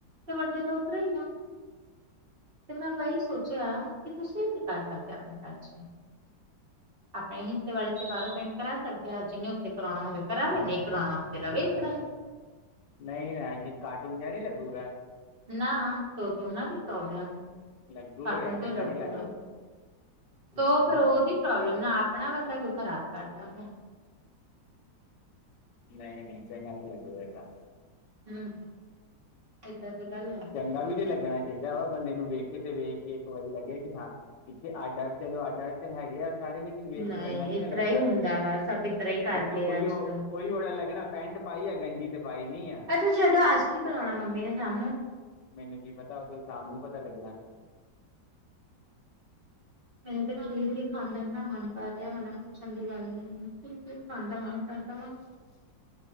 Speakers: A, on the right; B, on the left.
A: ਤੇ ਵੱਡੇ ਤਾਂ ਉਦੇਰਾ ਈ ਆ। ਤੇ ਮੈਂ ਬਾਈ ਸੋਚਿਆ ਕਿ ਤੁਸੀਂ ਵੀ ਕੀ ਕਰ ਸਕਦੇ ਹੋ। ਆਪਣੇ ਘਰ ਚ। ਆਪਣੇ ਹਿੱਸੇ ਵਾਲੇ ਚ ਬਾਹਰੋਂ ਪੇਂਟ ਕਰਾ ਸਕਦੇ ਆ। ਜਿੰਨੇ ਉੱਤੇ ਕਰਵਾਉਣਾ ਹੋਵੇ। ਕਰਾਂਵੇ ਨਹੀਂ ਕਰਾਉਣਾ ਫੇਰ ਰਵੇ ਇਤਰਾਂ ਈ।
B: ਨਈਂ, ਨਾਂ ਜੀ। ਕਾਰਟੂਨ ਜਿਆ ਨੀਂ ਲੱਗੂਗਾ।
A: ਨਾ ਤੋਂ ਦੋਨਾਂ ਦੀ ਪ੍ਰੋਬਲਮ
B: ਲੱਗੂਗਾ
A: ਕਾਰਟੂਨ
B: ਯਾਰ
A: ਕਿਉਂ
B: ਚੰਗਾ
A: ਲੱਗੂਗਾ।
B: ਨਹੀਂ ਲੱਗਦਾ ਇਹ ਤਾਂ
A: ਤੇ ਉਹ ਫ਼ੇਰ ਉਹਦੀ ਪ੍ਰੋਬਲਮ ਨਾਂ ਆਪਣਾ ਬੰਦਾ ਕਿਉਂ ਖ਼ਰਾਬ ਕਰਦਾ ਵਾ।
B: ਨਹੀਂ ਨਹੀਂ ਚੰਗਾ ਨਹੀਂ ਲੱਗ ਵੈਸਾ
A: ਹਂ, ਏਦਾਂ ਦੀ ਗੱਲ ਆ
B: ਚੰਗਾ ਵੀ ਤੇ ਲੱਗਣਾ ਚਾਹੀਦਾ ਵਾ ਬੰਦੇ ਨੂੰ ਵੇਖੇ ਤੇ ਵੇਖ ਕੇ ਇੱਕ ਵਾਰੀ ਲੱਗੇ ਕਿ ਹਾਂ! ਇੱਥੇ ਅੱਡ ਆ, ਚਲੋ ਅੱਡ-ਅੱਡ ਤੇ ਹੈਗੇ ਆ ਸਾਰੇ ਲੇਕਿ ਵੇਚ
A: ਨਹੀਂ
B: ਚੰਗਾ ਨੀਂ
A: ਇਸ
B: ਨਾਂ ਲੱਗਣਾ,
A: ਤਰ੍ਹਾਂ ਹੀ ਹੁੰਦਾ ਵਾ ਸਭ ਇਸ ਤਰ੍ਹਾਂ ਹੀ ਕਰਦੇ
B: ਉੱਥੇ ਉਹੀ
A: ਆ ਅੱਜ
B: ਉਓਹੀ
A: ਕੱਲ
B: ਵਾਲਾ ਲੱਗਣਾ ਪੈਂਟ ਪਾਈ ਆ ਗੰਜੀ ਤੇ ਪਾਈ ਨੀ ਆ।
A: ਅੱਜ ਛੱਡੋ ਅੱਜ ਕੀ ਬੁਲਾਉਣਾ ਮੰਮੀ ਨੇ ਸ਼ਾਮ ਨੂੰ?
B: ਮੈਨੂੰ ਕੀ ਪਤਾ ਉਹ ਤੇ ਸ਼ਾਮ ਨੂੰ ਪਤਾ ਲੱਗਣਾ।
A: ਮੈਨੂੰ ਤਾਂ ਖੀਰ ਵੀ ਖਾਣ ਦਾ ਇਨਾੰ ਮਨ ਕਰ ਰਿਹਾ ਵਾ ਨਾਂ ਪੁੱਛਣ ਦੀ ਗੱਲ ਨੀਂ। ਖੀਰ-ਖਾਣ ਦਾ ਮਨ ਕਰਦਾ ਵਾ?
B: <inaudible>